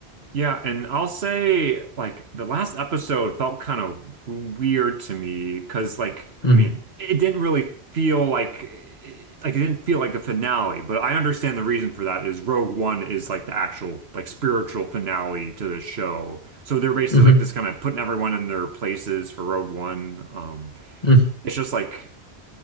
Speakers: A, on the right; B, on the left.
A: Yeah, and I'll say like the last episode felt kind of weird to me because like
B: Mm,
A: I mean it didn't really feel like like it didn't feel like a finale, but I understand the reason for that is Rogue One is like the actual like spiritual finale to the show. So they're basically
B: mhm,
A: like just kind of putting everyone in their places for Rogue One. Um
B: mm,
A: it's just like